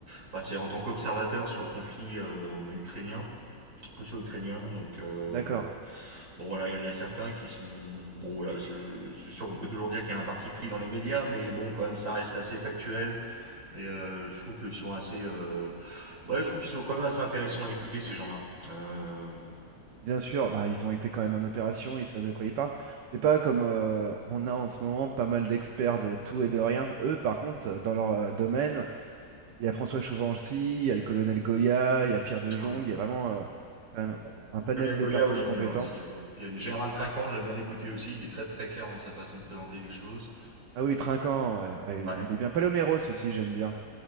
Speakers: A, on the right; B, on the right.
A: enfin, c'est en tant qu'observateur sur le conflit euh, ukrainien, russo-ukrainien. Donc, euh,
B: D'accord.
A: bon voilà, il y en a certains qui sont. Bon voilà, je... c'est sûr, on peut toujours dire qu'il y a un parti pris dans les médias, mais bon, quand même, ça reste assez factuel. Et euh, je trouve qu'ils sont assez. euh, Ouais, je trouve qu'ils sont quand même assez intéressants à écouter, ces gens-là. Euh,
B: Bien sûr, bah, ils ont été quand même en opération, ils savent de quoi ils parlent. C'est pas comme euh, on a en ce moment pas mal d'experts de tout et de rien. Eux, par contre, dans leur euh, domaine, Il y a François Chauvency, il y a le colonel Goya, il y a Pierre de Jong,
A: Ah oui.
B: il y a vraiment euh, quand même
A: Ouais.
B: un panel
A: Colonel
B: de
A: Goya,
B: personnes
A: ouais, j'aime
B: compétentes.
A: bien aussi. ouais. Puis il y a Général Trinquant, j'aime bien l'écouter aussi. Il est très très clair dans sa façon de présenter les choses.
B: Ah oui, Trinquant, ouais, ouais,
A: Ouais.
B: il, il est bien. Paloméros aussi, j'aime bien.